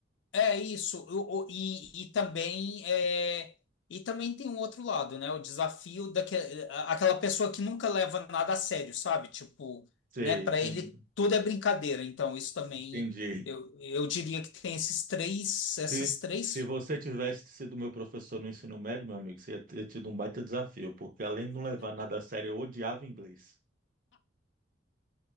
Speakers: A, on the left; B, on the right.
A: é isso, o- o- e, e também é, e também tem um outro lado, né? O desafio daquela aquela pessoa que nunca leva nada a sério, sabe? Tipo,
B: Sei,
A: né? Para
B: entendi.
A: ele tudo é brincadeira. Então isso também
B: entendi.
A: eu, eu diria que tem esses três,
B: Se,
A: essas três.
B: se você tivesse sido meu professor no ensino médio, meu amigo, você ia ter tido um baita desafio, porque além de não levar nada a sério, eu odiava inglês.